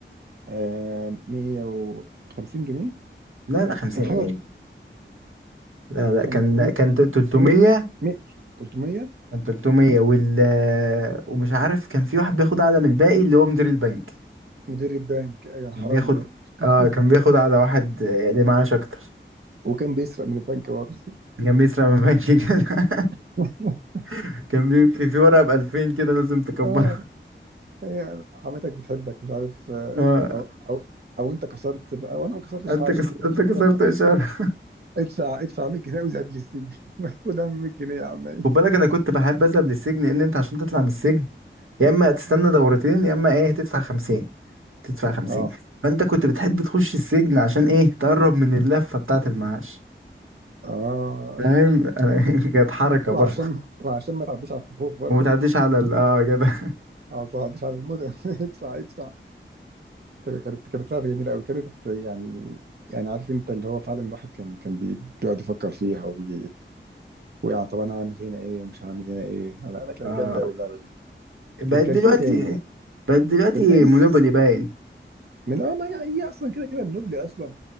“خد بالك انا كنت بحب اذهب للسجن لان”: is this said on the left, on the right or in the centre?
Right